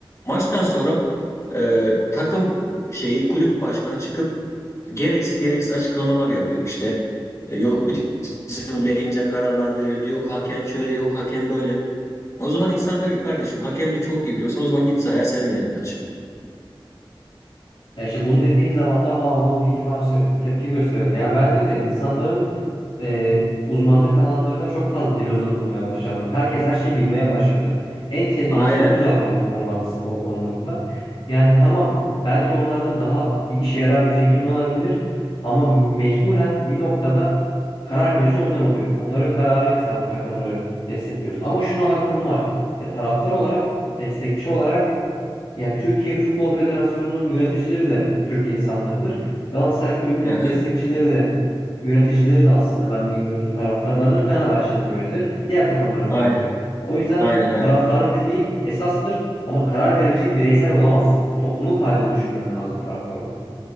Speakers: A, on the left (about 35°); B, on the left (about 85°).
A: Maçtan sonra e, takım şeyi kulüp başkanı çıkıp gereksiz gereksiz açıklamalar yapıyor işte. E, Yok bizim lehimize kararlar verildi, yok hakem şöyle, yok hakem böyle. O zaman insan diyor ki kardeşim hakemlik çok iyi biliyorsan o zaman git sahaya sen yönet maçı.
B: Ya işte bunu dediğin zaman da ha hu hi falan şey- tepki gösteriyorlar. Yani bence de insanların e, uzmanlık alanlarına çok fazla dil uzatılmaya başlandı. Herkes her şeyi bilmeye başladı. En tehlikelisi
A: Aynen.
B: de bu zaten bu konularda spor konularında. Yani tamam belki onlardan daha bir işe yarar bir fikrin olabilir ama mecburen bir noktada karar verici onlar oluyor. Onların kararıyla sen bu takımları destekliyorsun. Ama şuna hakkım var. Ya taraftar olarak, destekçi olarak yani Türkiye Futbol Federasyonu'nun yöneticileri de Türk insanlarıdır. Galatasaray Kulübü'nün
A: Hı hı.
B: destekçileri de yöneticileri de aslında ben bilmiyorum taraftarlardır. Fenerbahçe'nin de öyledir. Diğer takımların
A: Aynen.
B: da öyledir. O yüzden
A: Aynen aynen.
B: taraftarın dediği esastır ama karar verici bireysel olamazsın. Topluluk halinde düşünmen lazım taraftar olarak.